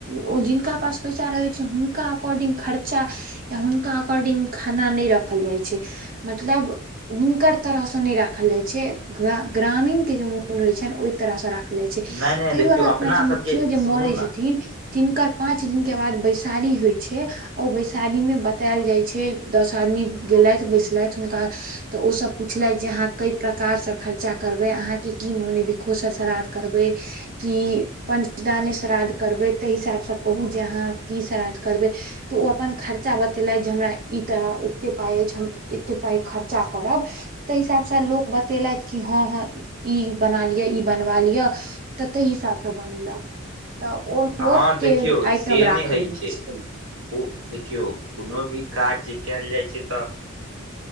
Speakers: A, on the right; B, on the right.
A: ओ जिनका पास पैसा रहैय छैय हुनका अकॉर्डिंग खर्चा या हुनका अकॉर्डिंग खाना नइ राखल जाइ छैय मतलब हुनकर तरह सँ नइ राखल जाइ छैय ग ग्रामीण कें जे मोन रहैय छनि ओय तरह सँ राखल जाइ छैय
B: नहि नहि
A: तइ
B: देखियौ
A: दुआरे अपना सभ में
B: सबके
A: केओ जे
B: सुनू
A: मड़ै छथिन
B: ने
A: तिनकर पाँच दिन के बाद बैसारी होइ छैय। ओ बैसारी में बताएल जाइ छैय, दस आदमी गेलथि बैसलथि हुनका तऽ ओ सभ पुछलथि जे अहाँ कई प्रकार सँ खर्चा करबै अहाँके की मोने बिखोसर श्राद्ध करबै। कि पञ्चदाने श्राद्ध करबै तइ हिसाब सँ कहू जे अहाँ की श्राद्ध करबै तऽ ओ अपन खर्चा बतेलथि जे हमरा ई तरह ओत्ते पाइ अछि हम एते पाइ खर्चा करब। तइ हिसाब सँ लोक बतेलथि कि हँ हँ ई बना लिअ ई बनवा लिअ। तऽ तइ हिसाब सँ बनेलक तऽ ओ
B: हँ
A: लोकके
B: देखियौ
A: आइटम
B: से
A: राखल
B: नइ हइ
A: जाइ
B: छैय।
A: छै
B: उ देखियौ कोनो भी काज जे कएल जाइ छैय तऽ